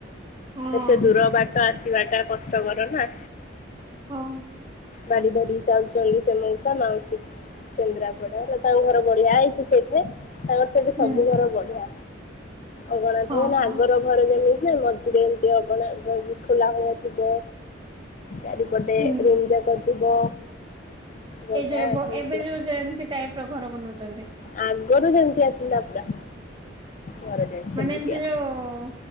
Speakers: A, on the right; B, on the left.
A: ହଁ
B: ଏତେ ଦୂର ବାଟ ଆସିବାଟା କଷ୍ଟକର ନାଁ।
A: ହଁ।
B: ବାଡି ଧରିକି ଚାଲୁଚନ୍ତି ସେ ମଉସା ମାଉସୀ। କେନ୍ଦ୍ରାପଡାରେ ତାଙ୍କ ଘର ବଢିଆ ହେଇଚି, ସେଇଠି ତାଙ୍କ ସେଠି
A: ହୁଁ
B: ସବୁ ଘର ବଢିଆ। ଅଗଣାଠୁ
A: ହଁ ହଁ
B: ଆଗର ଘର ଯେମିତିଆ ମଝିରେ ଏମିତି ଅଗଣା <unintelligible> ଖୋଲା ଭଳିଆ ଥିବ ଚାରିପଟେ ଗୋଟେ
A: ହୁଁ।
B: ରୁମ୍ ଯାକ ଥିବ। ବଢିଆ
A: ଏଇ ଯୋଉ ଏବୋ
B: ସେମିତିଆ
A: ଏବେ ଯୋଉ ଯେମତି ଟାଇପ୍ ର ଘର ବନଉଚନ୍ତି।
B: ଆଗରୁ ସେମିତିଆ ଥିଲା ପୁରା ଘର। ସେମିତିଆ
A: ମାନେ ଏମତି ଯୋଉ